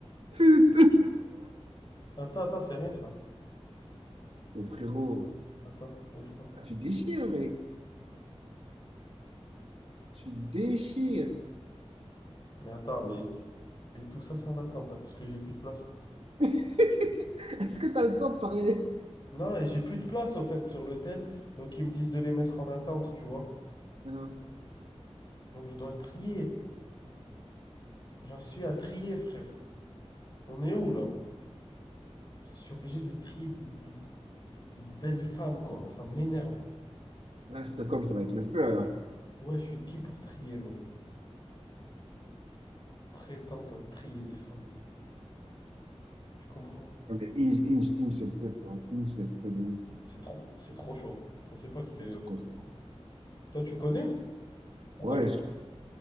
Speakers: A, on the right; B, on the left.
A: Putain.
B: Attends, attends, c'est rien ça.
A: <laughs> Mais frérot,
B: Attends, bouge pas.
A: ah, tu déchires, mec.
B: bouge pas.
A: Tu déchires.
B: Mais attends, mais. Et tout ça, c'est en attente, hein, parce que j'ai plus de place.
A: <laughs> Est-ce que t'as le temps de parler?
B: Non, et j'ai plus de place, au fait, sur l'hôtel. Donc, ils me disent de les mettre en attente, tu vois.
A: hein.
B: Donc, je dois trier. J'en suis à trier, frère. On est où, là? Je suis obligé de trier des, des- des- des- des belles femmes, quoi. Ça m'énerve.
A: Là, Stockholm, ça va être le feu alors.
B: Ouais, je suis qui pour trier, même? prétendre trier des femmes. Tu comprends?
A: Non, Mais Inge, Inge, Inge, c'est le feu, frère. Inge, c'est le feu de ouf.
B: C'est trop, c'est trop chaud. Je pensais pas que c'était.
A: Donc,
B: euh,
A: C'est trop-
B: ce point. Toi, tu connais? Pourquoi
A: Ouais,
B: tu
A: je-